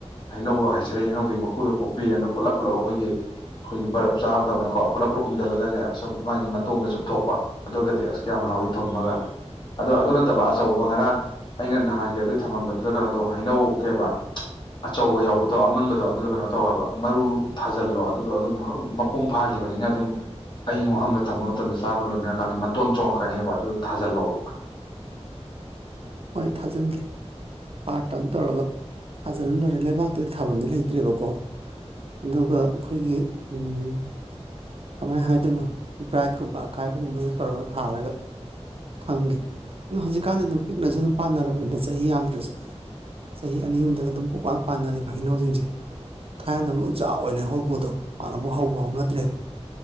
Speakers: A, on the left; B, on the right.
A: ꯍꯩꯅꯧ ꯁꯔꯩ ꯍꯩꯅꯧꯗꯨꯒꯤ ꯃꯀꯨꯗꯣ ꯈꯣꯛꯄꯤꯔꯦ ꯑꯗꯣ ꯄꯨꯜꯂꯞ ꯄꯨꯜꯂꯞ ꯑꯈꯣꯏꯒꯤ ꯑꯈꯣꯏꯒꯤ ꯕꯔꯞ ꯆꯥꯕꯗꯧꯅꯀꯣ ꯄꯨꯂꯞ ꯄꯨꯂꯞ ꯎꯝꯖꯤꯜꯂꯒꯅꯦ ꯁꯨꯅ ꯃꯥꯒꯤ ꯃꯇꯣꯡꯗꯣ ꯆꯨꯞꯊꯣꯛꯄ ꯑꯗꯨꯒꯗꯤ ꯑꯁ ꯀ꯭ꯌꯥꯝ ꯍꯥꯎꯋꯤ ꯊꯨꯝꯃꯒ ꯑꯗꯣ ꯑꯗꯨ ꯅꯠꯇꯕ ꯑꯆꯧꯕ ꯉꯔꯥꯡ ꯑꯩꯅ ꯅꯍꯥꯟꯒꯤ ꯑꯗꯨꯏ ꯊꯝꯃꯝꯕꯗꯨꯗ ꯀꯩꯅꯣꯗꯣ ꯍꯩꯅꯧ ꯀꯩꯕ ꯑꯆꯧꯕ ꯌꯥꯎꯕꯗꯣ ꯑꯃꯨꯟꯕꯗꯣ ꯑꯗꯨꯗꯣ ꯀꯩꯅꯣ ꯇꯧ ꯍꯥꯏꯕ ꯃꯔꯨ ꯊꯥꯖꯤꯜꯂꯣ ꯑꯗꯨꯗꯣ ꯑꯗꯨꯝ ꯃꯄꯨꯡ ꯐꯥ ꯈꯤꯕꯅꯤꯅ ꯑꯗꯨꯝ ꯑꯌꯤꯡꯕ ꯃꯐꯝꯗ ꯊꯝꯕ ꯃꯇꯝꯗ ꯆꯥꯕ ꯂꯣꯏꯅꯔꯀꯥꯟꯗ ꯃꯇꯣꯟ ꯆꯣꯡꯉꯛꯀꯅꯦꯕ ꯑꯗꯨ ꯊꯥꯖꯜꯂꯣꯕ
B: ꯍꯣꯏ ꯊꯥꯖꯟꯒꯦ ꯄꯥꯔꯠꯇ ꯑꯝ ꯇꯧꯔꯒ ꯊꯥꯖꯤꯜꯂꯣꯏꯔꯦ ꯂꯩꯕꯥꯛꯇꯗꯤ ꯊꯥꯕꯝꯗꯤ ꯂꯩꯇ꯭ꯔꯦꯕꯀꯣ ꯑꯗꯨꯒ ꯑꯈꯣꯏꯒꯤ ꯎꯝ ꯀꯃꯥꯏ ꯍꯥꯏꯗꯣꯏꯅꯣ ꯕ꯭ꯔꯥꯏꯠꯀꯨꯝꯕ ꯑꯀꯥꯏꯕꯒꯨꯝꯕꯗ ꯇꯧꯔꯒ ꯊꯥꯔꯒ ꯊꯝꯒꯦ ꯅꯣ ꯍꯧꯖꯤꯛꯀꯥꯟꯗꯤ ꯑꯗꯨꯝ ꯄꯤꯛꯅꯁꯨ ꯑꯗꯨꯝ ꯄꯥꯟꯅꯔꯕꯅꯤꯗ ꯆꯍꯤ ꯌꯥꯝꯗ꯭ꯔꯁꯨ ꯆꯍꯤ ꯑꯅꯤ ꯑꯍꯨꯝꯗꯒ ꯑꯗꯨꯝ ꯄꯨꯡꯄꯥꯟ ꯄꯥꯟꯅꯔꯦꯕ ꯍꯩꯅꯧ ꯁꯤꯡꯁꯦ ꯊꯥꯏꯟ ꯗꯧꯅ ꯎꯖꯥꯎ ꯑꯣꯏꯅ ꯍꯧꯕꯗꯣ ꯄꯥꯛꯅꯕꯨ ꯍꯧꯕꯨ ꯍꯧꯅꯗ꯭ꯔꯦꯕ